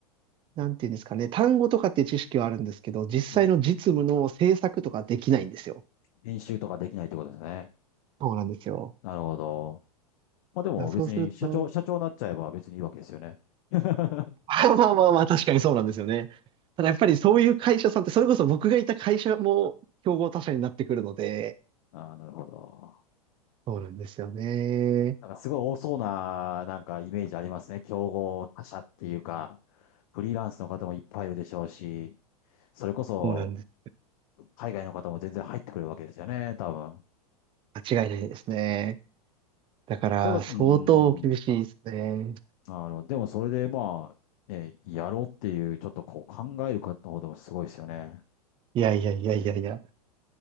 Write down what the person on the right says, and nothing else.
なんていうんですかね、単語とかって知識はあるんですけど、実際の実務の制作とかできないんですよ。
そうなんですよ。
だからそうすると、
<laughs> まあまあまあまあ、確かにそうなんですよね。ただやっぱりそういう会社さんって、それこそ僕がいた会社も競合他社になってくるので、
そうなんですよね。
そうなんです。
間違いないですね。だから、
相当厳しいですね。
いやいやいやいやいや。